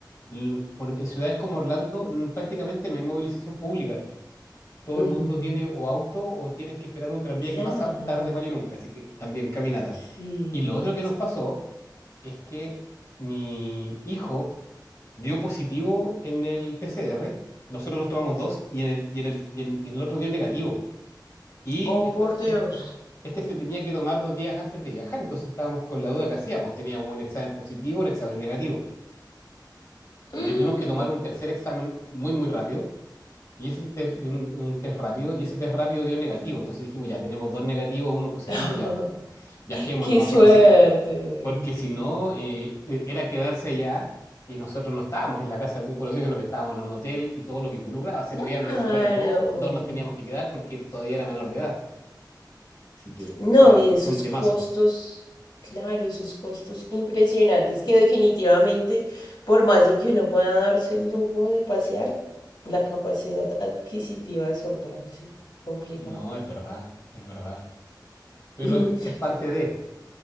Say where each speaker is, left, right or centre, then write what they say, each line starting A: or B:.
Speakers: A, on the left; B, on the left.
A: l- por- en ciudades como Orlando mm, prácticamente no hay movilización pública. Todo
B: ujú,
A: el mundo tiene o auto o tienes que esperar un tranvía
B: claro.
A: que pasa tarde, vale y nunca. Así que también caminata.
B: Sí.
A: Y lo otro que nos pasó es que mi hijo dio positivo en el PCR, nosotros nos tomamos dos y en el, y en el, y en- en el otro dio negativo. Y
B: Oh,
A: esto,
B: por Dios.
A: es- este se tenía que tomar dos días antes de viajar, entonces estábamos con la duda que hacíamos. Teníamos un examen positivo, un examen negativo.
B: Mm.
A: Le tuvimos que tomar un tercer examen muy, muy rápido y ese ter- y un, un test rápido y ese test rápido dio negativo. Entonces dijimos, ya tenemos dos negativos, uno positivo,
B: <laughs>
A: ya viajemos
B: ¡Qué
A: nomás
B: suerte!
A: porque si no. porque si no, eh, eh, era quedarse allá y nosotros no estábamos en la casa de algún conocido, sino que estábamos en un hotel y todo lo que involucraba. Se
B: Claro.
A: podían devolver dos, dos nos teníamos que quedar porque todavía era menor de edad. Así que
B: No,
A: era
B: y esos
A: un temazo.
B: costos, claro, esos costos impresionantes que definitivamente, por más de que uno pueda darse el lujo de pasear, la capacidad adquisitiva es otra, sí, complicado.
A: No, es verdad, es verdad. Pero
B: <laughs>
A: es, es parte de,